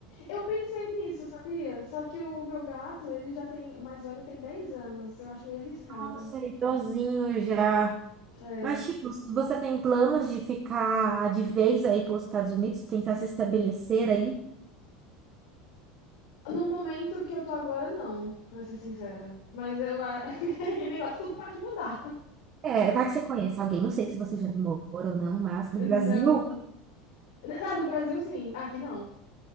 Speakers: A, on the left; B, on the right.
A: Eu pensei nisso, sabia? Só que o meu gato, ele já tem. O mais velho tem 10 anos. Eu acho meio arriscado.
B: Nossa, é idosinho já.
A: É.
B: Mas, tipo, se você tem planos de ficar de vez aí pelos Estados Unidos, tentar se estabelecer aí?
A: No momento que eu tô agora, não, pra ser sincera. Mas eu, <laughs> a- aquele negócio, tudo pode mudar.
B: É, vai que você conhece alguém. Não sei se você já namora ou não, mas no
A: Não.
B: Brasil.
A: Ah, no Brasil, sim. Aqui, não.